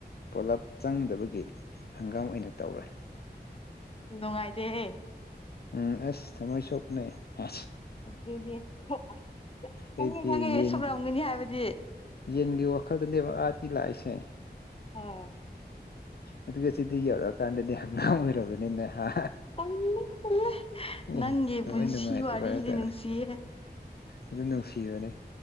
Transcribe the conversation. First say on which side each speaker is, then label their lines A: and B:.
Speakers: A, on the left (about 65°); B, on the left (about 30°).
A: ꯄꯨꯂꯞ ꯆꯪꯗꯕꯒꯤ ꯍꯪꯒꯥꯝ ꯑꯣꯏꯅ ꯇꯧꯔꯦ
B: ꯅꯨꯡꯉꯥꯏꯇꯦꯍꯦ
A: ꯎꯝ ꯑꯁ ꯊꯥꯃꯣꯏ ꯁꯣꯛꯄꯅꯦ ꯑꯦꯁ
B: ꯑꯗꯨꯅꯦ <unintelligible> ꯈꯪꯉꯦ
A: ꯑꯩꯗꯤ
B: ꯈꯪꯉꯦ
A: ꯌꯦꯟꯒꯤ
B: ꯁꯣꯛꯔꯝꯒꯅꯤ ꯍꯥꯏꯕꯗꯤ
A: ꯌꯦꯟꯒꯤ ꯋꯥꯈꯜꯗꯅꯦꯕ ꯑꯗꯒꯤ ꯂꯥꯏꯁꯦ
B: ꯍꯣꯏ
A: ꯑꯗꯨꯒ ꯁꯤꯗ ꯌꯧꯔꯛꯑꯀꯥꯟꯗꯗꯤ ꯍꯪꯒꯥꯝ ꯑꯣꯏꯔꯕꯅꯤꯅ ꯍꯥ
B: ꯇꯜꯂꯦ ꯇꯜꯂꯦ
A: ꯑꯦ
B: ꯅꯪꯒꯤ
A: ꯊꯃꯣꯏ
B: ꯄꯨꯟꯁꯤ
A: ꯅꯨꯡꯉꯥꯏꯇꯕ
B: ꯋꯥꯔꯤꯖꯤ
A: ꯍꯥꯏꯇꯥꯔꯦ
B: ꯅꯨꯡꯁꯤꯌꯦ
A: ꯑꯗꯨ ꯅꯨꯡꯁꯤꯕꯅꯦ